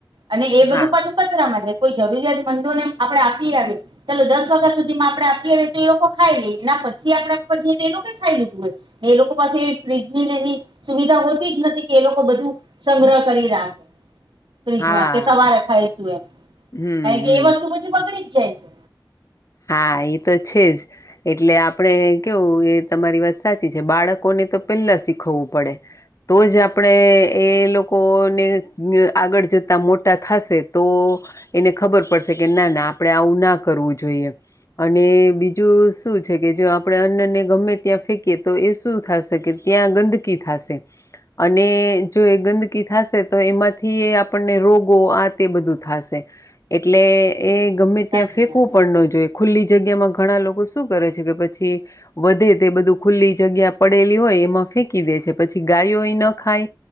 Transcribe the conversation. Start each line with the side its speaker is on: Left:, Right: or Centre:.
Right: અને એ બધું
Left: હા
Right: પાછું કચરામાં છે કોઈ જરૂરિયાત મંદોને આપડે આપી આવી ચાલો દસ વાગ્યા સુધી માં આપડે આઈએ તો એ લોકો ખાઈ લે એના પછી આપડ ઉપર જઈએ તો એ લોકો કઈ ખાઈ લીધું હોય એ લોકો પાસે ફ્રીજ ભી નહી સુવિધા હોતી જ નથી કે એ લોકો બધું સંગ્રહ કરી રાખે ફ્રીજમાં
Left: હા
Right: કે સવારે ખાઈશું એમ
Left: હમ
Right: કારણ કે
Left: હમ
Right: એ વસ્તુ પછી બગડી જ જાય છે
Left: હા એ તો છે જ એટલે આપણે કેવું એ તમારી વાત સાચી છે બાળકોને તો પેલા શીખવવું પડે તો જ આપણે એ લોકોને આગળ જતા મોટા થાશે તો એને ખબર પડશે કે ના ના આપડે એવું ના કરવું જોઈએ અને બીજું શું છે કે જો આપણે અન્નને ગમે ત્યાં ફેંકીએ તો એ શું થાશે કે ત્યાં ગંદકી થાશે અને જો એ ગંદકી થાશે તો એમાંથી આપણને રોગો આ તે બધું થાશે એટલે
Right: હમ,
Left: એ ગમે
Right: સાચી
Left: ત્યાં ફેકવું
Right: વાત
Left: પણ ન જોય ખુલ્લી જગ્યામાં ઘણા લોકો શું કરે છે કે પછી વધે તે બધું ખુલ્લી જગ્યા પડેલી હોય એમાં ફેંકી દે છે પછી ગાયો અ ન ખાય